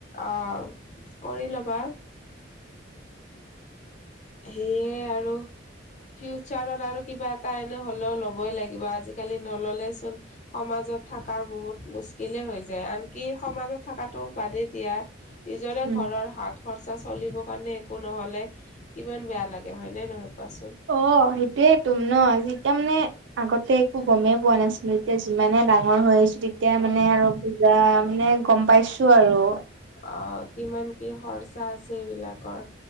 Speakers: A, on the left (about 40°); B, on the right (about 75°).
A: অঁহ কৰি লবা। সেয়ে আৰু কি- হাত'ত আৰু কিবা এটা এনেই হলেও ল'বই লাগিব আজিকালি নহলে চোন সমাজত থকাৰ- বহুত মুস্কিলে হৈ যায়। আনকি সমাজত থকাটো বাদেই দিয়া- নিজৰে
B: উম
A: ঘৰৰ হাত খৰচা চলিব কাৰণে একো নহ'লে কিমান বেয়া লাগে হয় নে নহয়। কোৱাচোন?
B: অঁ সেইটোয়ে তো ন'। যেতিয়া মানে আগতে- গমেই পোৱা নাছিলো এতিয়া যিমানে ডাঙৰ হৈ আহিছোঁ যেতিয়া মানে
A: অ',
B: আৰু পূজা মানে- গম পাইছো আৰু।
A: অঁ কিমান কি' খৰচা আছে এইবিলাকৰ